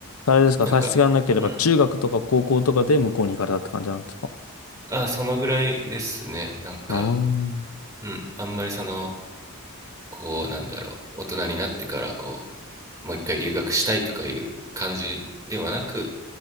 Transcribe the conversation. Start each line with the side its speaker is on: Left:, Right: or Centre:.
Left: あれですか差し支えなければ中学とか高校とかで向こうに行かれたって感じなんですか
Right: なんか、うん、ああそのぐらいですねなんか、
Left: うーん、う
Right: うん、あんまりそのこうなんだろう大人になってからこうもう一回留学したいとかいう感じではなく